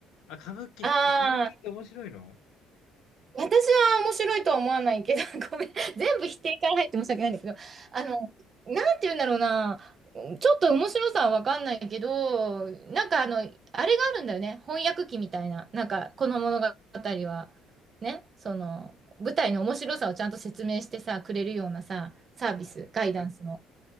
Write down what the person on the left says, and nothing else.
あ、歌舞伎、
え歌舞伎って面白いの
うん。